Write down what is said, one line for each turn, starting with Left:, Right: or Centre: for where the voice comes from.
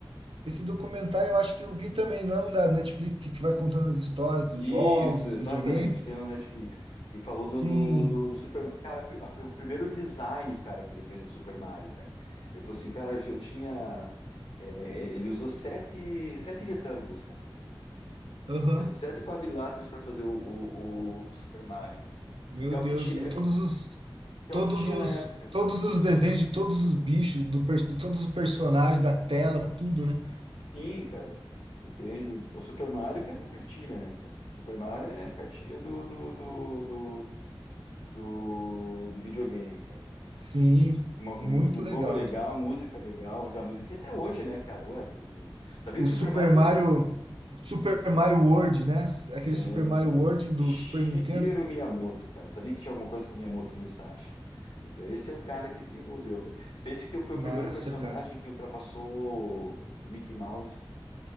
Right: esse documentário eu acho que eu vi também, não é um da Netflix que que vai contando as histórias dos
Left: Isso,
Right: jogos, dos
Left: exatamente,
Right: videogames?
Left: tem no Netflix. E falou do,
Right: Sim,
Left: do, do, do Super Mario. Cara, a- a- o primeiro design, cara, que ele fez no Super Mario, cara. Ele falou assim, cara, eu tinha. é, ele usou sete, sete retângulos, cara.
Right: Aham.
Left: Ele usou sete quadriláteros para fazer o, o, o Super Mario, cara.
Right: Meu
Left: Que é o
Right: Deus,
Left: que tinha,
Right: o- todos os
Left: que
Right: todos
Left: é o que tinha
Right: os
Left: na época.
Right: todos os desenhos de todos os bichos, do, pers- de todos os personagens da tela, tudo, né?
Left: Sim, cara. Entende? O Super Mario, cara, é a cartilha, né, cara? O Super Mario é a cartilha do, do, do, do, do- de videogame, cara.
Right: Sim,
Left: Uma- um,
Right: muito
Left: um
Right: legal.
Left: jogo legal, música legal. A musiquinha até hoje, né, cara? Ué, tu- sabia
Right: O
Left: que o
Right: Super
Left: Super Mario foi
Right: Mario
Left: o primeiro.
Right: Super Mario World, né? Aquele
Left: É...
Right: Super Mario World do
Left: Shigeru
Right: Super Nintendo.
Left: Miyamoto, cara. Sabia que tinha alguma coisa com o Miyamoto Musashi. Então, esse é o cara que desenvolveu, cara. Pense que foi
Right: Massa,
Left: o primeiro personagem
Right: cara.
Left: que ultrapassou o Mickey Mouse.